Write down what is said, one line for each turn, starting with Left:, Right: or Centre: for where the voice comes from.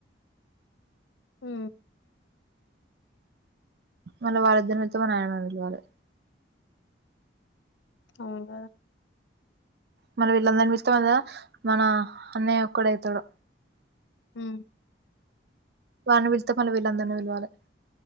Left: ఊ.
Right: మళ్ళ వాళ్ళద్దరిలతో మా నాయనమ్మ పిలవాలే.
Left: అవ్నుగా.
Right: మన <unintelligible> మన అన్నయ్య ఒక్కడైతాడు.
Left: ఊ.
Right: వాడ్ని విలిస్తే మళ్ళ వీళ్ళందర్నీ విళ్వాలే.